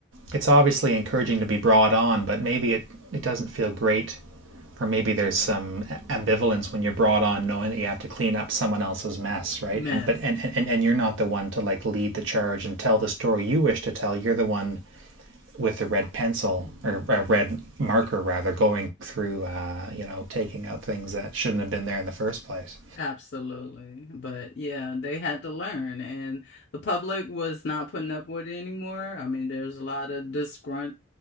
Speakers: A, on the right; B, on the left.
A: it's obviously encouraging to be brought on, but maybe it, it doesn't feel great. Or maybe there's some ambivalence when you're brought on knowing that you have to clean up someone else's mess, right?
B: <laughs> mess.
A: And but and, and, and you're not the one to like lead the charge and tell the story you wish to tell. You're the one with the red pencil or a red marker rather going through uh, you know taking out things that shouldn't have been there in the first place
B: Absolutely. But yeah, they had to learn, and the public was not putting up with it anymore. I mean, there's a lot of disgrunt